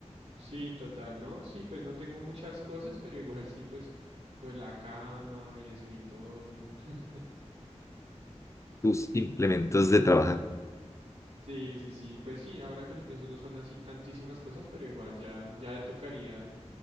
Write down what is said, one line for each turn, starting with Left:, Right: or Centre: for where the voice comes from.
Right: sí, total, ¿no? Sí, pues no tengo muchas cosas, pero igual sí, pues, pues la cama, el escritorio. <laughs>
Left: Tus
Right: Sí,
Left: implementos de trabajar.
Right: sí, sí, sí. Pues sí, ahora que lo pienso no son así tantísimas cosas, pero igual ya, ya tocaría